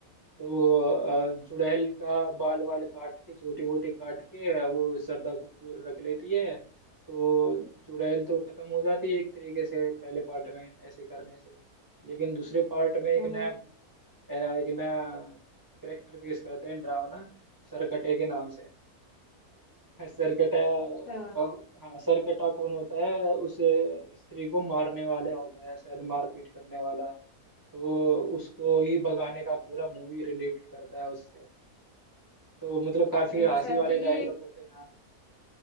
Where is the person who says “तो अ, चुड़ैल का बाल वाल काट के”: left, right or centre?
Right